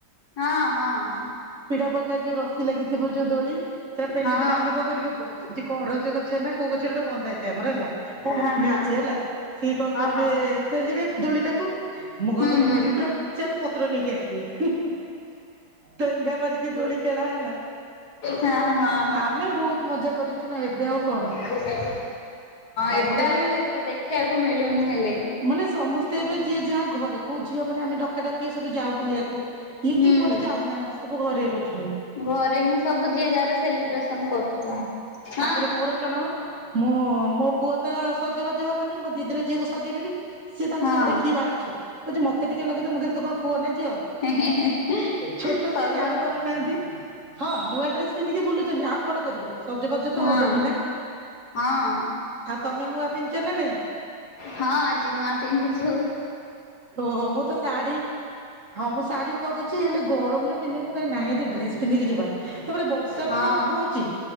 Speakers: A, on the left; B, on the right.
A: ହଁ ହଁ।
B: ପିଢା ପକା ଯୋଉ ରସି ଲାଗିଥିବ ଯୋଉ ଦୋଳି। ସେଟା ପେଲି
A: ହଁ
B: ଦେଲେ ଆମେ କଣ କରିବ ଗୋ ଯେ କରଞ୍ଜ ଗଛ ନା କୋଉ ଗଛରେ ଗୋଟେ ବନ୍ଧା ହେଇଥାଏ ଆମର ହେଲା। ମୋ
A: ହଁ ହଁ
B: ମନେ
A: ହଁ
B: ଅଛି ହେଲା। ସେ କଣ କରିବେ
A: ହଁ
B: ପେଲିବେ ଦୋଳିଟାକୁ। ମୁଁ କଣ
A: ହୁଁ
B: କରିବି
A: ହୁଁ
B: ଯିବି ପୁରା ଉଚାରୁ ପତ୍ର ନେଇକି ଆସିବି। ଟେଙ୍ଗା ମାରିକି ଦୋଳି ଖେଳା ହେଲା।
A: ହଁ ହଁ
B: ଆମେ ବହୁତ ମଜା କରିଛୁ। ନା ଏବେ ଆଉ କଣ?
A: ହଁ
B: ତାପରେ
A: ଏବେ ଆଉ ଏତେ ଦେଖିବାକୁ ମିଳୁନି ହେଲେ।
B: ମାନେ ସମସ୍ତେ ଏବେ ଯିଏ ଯାହା ଘରେ। କୋଉ ଝିଅ ମାନେ ଆମେ ଡକା ଡକି ସବୁ ଯାଉ ବୁଲିବାକୁ। ଇଏ
A: ହୁଁ
B: କିଏ କୁଆଡ଼େ ଯାଉନାହାନ୍ତି। ସବୁ ଘରେ ରହୁଛନ୍ତି।
A: ଘରେ ହିଁ ସବୁ ଯିଏ ଯାହାର ସେଲିବ୍ରେସନ କରୁଛନ୍ତି। ହଁ।
B: ତାପରେ ମୋର କଣ ମୁଁ ମୋ ପୁଅ ତ ସଜବାଜ ହବନି ମୋ ଦିଦିର ଝିଅକୁ ସଜେଇ ଦେବି। ସିଏ ତାଙ୍କୁ
A: ହଁ
B: ସବୁ ଦେଖିକି ବାହାରୁଛି। କହୁଛି ମତେ ଟିକେ ଲଗେଇ ଦବ ମୁଁ କହିଲି ତୁ କଣ ପୁଅ ନା ଝିଅ?
A: ହେଁ ହେଁ।
B: ଛୋଟ
A: ସରୁ
B: ସେ ଜାଣିପାରୁନି।
A: ସା
B: ନାହାନ୍ତି ହଁ ନୂଆ ଡ୍ରେସ ପିନ୍ଧିକି ବୁଲୁଛନ୍ତି। ଆଉ କଣ କରିବେ? ସଜବାଜ ତ
A: ହଁ
B: ହବନି ନା
A: ହଁ।
B: ଆଉ ତମେ ନୂଆ ପିନ୍ଧିଛ ନା ନାଇଁ
A: ହଁ ଆଜି ନୂଆ ପିନ୍ଧିଛୁ ଆଉ।
B: ଓହୋ ମୁଁ ତ ସାଢ଼ୀ ହଁ ମୁଁ ଶାଢୀ କରିଛି। ହେଲେ ଗରମରେ ପିନ୍ଧିନି ମୁଁ କହିଲି ନାଇଁ ଆଜି ଡ୍ରେସ ପିନ୍ଧିକି ଯିବା। ତାପରେ ବର୍ଷା
A: ହଁ
B: ଟା ବି ଉଠଉଛି।